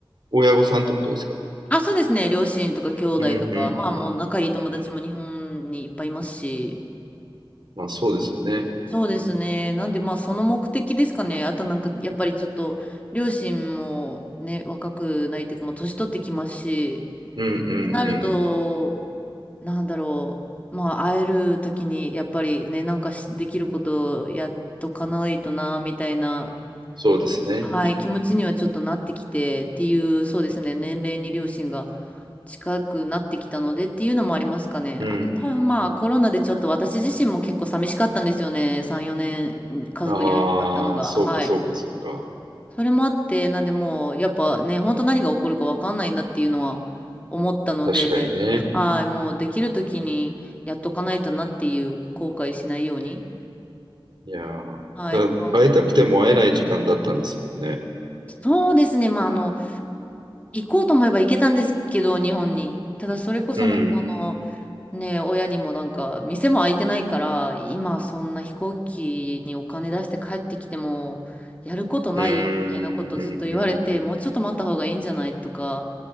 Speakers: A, on the right; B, on the left.
A: 親御さんってことですか
B: あ、そうですね。両親とか兄弟とか、
A: うんうんうん。
B: まあもう仲いい友達も日本にいっぱいいますし。
A: まあそうですよね。
B: そうですね。なんでまあその目的ですかね。あとなんかやっぱりちょっと両親もね、若くないというかもう年取ってきますし、
A: うんうんうん。
B: ってなると、なんだろう。まあ会える時にやっぱりね、なんかしできることをやっとかないとな、みたいな
A: そうですね。
B: はい、気持ちにはちょっとなってきてっていう、そうですね、年齢に両親が近くなってきたのでっていうのもありますかね。
A: うん。
B: あと多分まあコロナでちょっと私自身も結構寂しかったんですよね。3、4年家族に会えなかったのが。
A: ああ、そうかそうかそうか。
B: はい。それもあって、なんでもうやっぱね、本当何が起こるかわかんないなっていうのは思ったので、
A: 確かにね。
B: はい、もうできる時にやっとかないとなっていう後悔しないように。
A: いやーだから会いたくても会えない時間だったんですもんね。
B: はい、とは思います。そうですね。まあ、あの、行こうと思えば行けたんですけど、日本に。ただそれこそなんかあの、
A: うん。
B: ね、親にもなんか、店も開いてないから、今そんな飛行機にお金出して帰ってきても、やることないよみたいなことずっと言われて、
A: うーん、うん、うん、うん。
B: もうちょっと待った方がいいんじゃないとか、